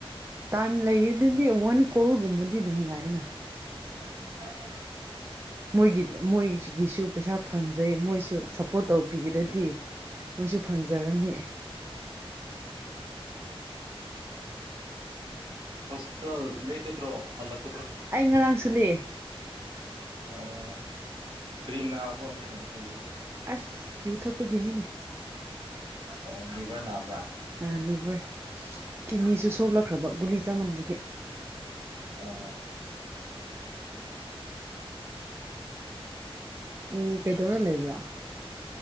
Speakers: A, on the right; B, on the right.
A: ꯇꯥꯏꯝ ꯂꯩꯗꯗꯤ ꯋꯥꯟ ꯀꯣꯔꯒꯨꯝꯕꯗꯤ ꯑꯗꯨꯝ ꯌꯥꯏꯅ
B: <inaudible>
A: ꯃꯣꯏꯒꯤ ꯃꯣꯏꯒꯤꯁꯨ ꯄꯩꯁꯥ ꯐꯪꯖꯩ ꯃꯣꯏꯁꯨ ꯁꯞꯄꯣꯔꯠ ꯇꯧꯕꯤꯈ꯭ꯔꯗꯤ ꯃꯣꯏꯁꯨ ꯐꯪꯖꯔꯅꯤ
B: ꯍꯣꯁꯄꯤꯇꯥꯜ ꯂꯗ꯭ꯔꯣ ꯍꯜꯛ
A: ꯑꯩ ꯉꯔꯥꯡꯁꯨ ꯂꯩꯑꯦ
B: ꯑꯣ ꯈꯔꯤ ꯅꯥꯕꯣꯅꯤ ꯌꯦꯪ ꯀꯜꯗꯨꯕꯨꯣ
A: ꯑꯁ ꯌꯨ ꯊꯛꯄꯒꯤꯅꯤꯅꯦ
B: ꯑꯣ ꯔꯤꯕ꯭ꯔ ꯅꯥꯕ꯭ꯔꯥ
A: ꯑ ꯂꯤꯚꯔ ꯀꯤꯠꯅꯤꯁꯨ
B: ꯎꯝ
A: ꯁꯣꯛꯂꯛꯈ꯭ꯔꯕ ꯒꯨꯂꯤ ꯆꯃꯟꯕꯒꯤ
B: ꯑꯣ
A: ꯎꯝ ꯀꯦꯗꯧꯔ ꯂꯩꯕ꯭ꯔ